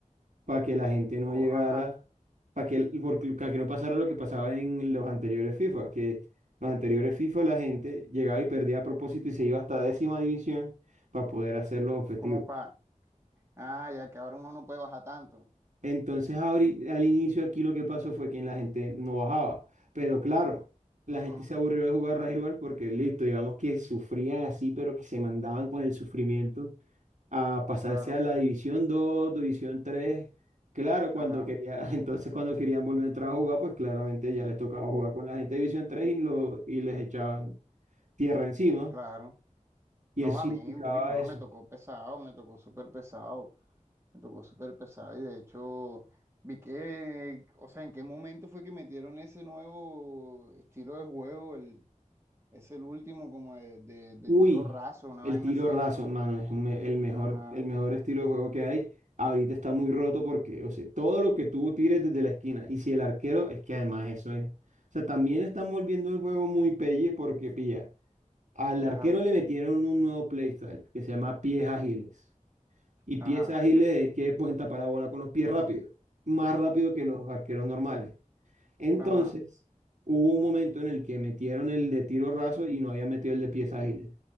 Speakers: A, on the right (about 65°); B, on the right (about 20°).
A: para que la gente no
B: co-
A: llegara,
B: ajá,
A: para que, porque- para que no pasara lo que pasaba en los anteriores FIFA, que los anteriores FIFA la gente llegaba y perdía a propósito y se iba hasta décima división para poder hacer los objetivos.
B: como para, ah, ya que ahora uno no puede bajar tanto.
A: Entonces, ahori- al inicio aquí lo que pasó fue que la gente no bajaba. Pero claro, la
B: Ujú,
A: gente se aburrió de jugar rival porque listo, digamos que sufrían así, pero que se mandaban con el sufrimiento a pasarse
B: claro,
A: a la División dos, División tres. Claro, cuando
B: ajá,
A: quería, <laughs> entonces cuando querían volver a entrar a jugar, pues claramente ya les tocaba jugar con la gente de División tres y, lo, y les echaban tierra encima.
B: claro.
A: Y
B: No,
A: eso significaba
B: a mí, uy, no,
A: eso.
B: me tocó pesado, me tocó súper pesado, me tocó súper pesado. Y de hecho, vi que, o sea, ¿en qué momento fue que metieron ese nuevo estilo de juego? El, es el último como de, de de
A: Uy,
B: tiro raso, una
A: el
B: vaina
A: tiro
B: así.
A: raso, mano, es un me- el mejor,
B: Ajá,
A: el mejor estilo de juego que hay. Ahorita está muy roto porque, o sea, todo lo que tú tires desde la esquina. Y si el arquero, es que además eso es. O sea, también están volviendo el juego muy pelle porque, pilla, al arquero
B: ajá,
A: le metieron un nuevo playstyle que se llama pies ágiles. Y pies
B: ajá.
A: ágiles
B: Y
A: es que pueden tapar la bola con los pies rápidos. Más rápido que los arqueros normales. Entonces,
B: Ajá.
A: hubo un momento en el que metieron el de tiro raso y no había metido el de pies ágiles.